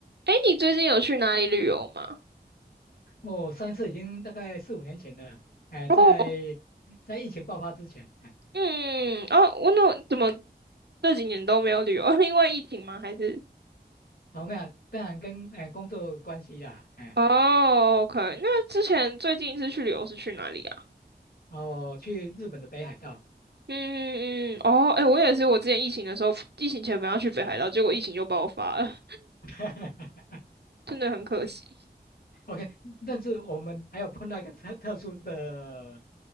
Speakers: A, on the right (about 75°); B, on the left (about 60°).
A: 哎，你最近有去哪里旅游吗？
B: 哦，上一次已经大概四五年前了，哎，
A: 哦，
B: 在在疫情爆发之前，哎，
A: 嗯，嗯哦，我那怎么这几年都没有旅游？<laughs> 因为疫情吗？还是？
B: 哦，没有，当然跟哎工作有关系啦，哎，
A: 哦，OK，那之前最近一次去旅游是去哪里啊？
B: 哦，去日本的北海道
A: 嗯嗯嗯，哦，哎，我也是，我之前疫情的时候，疫情前本来要去北海道，结果疫情就爆发了，
B: <laughs>
A: <laughs> 真的很可惜。
B: ，OK，但是我们还有碰到一个特特殊的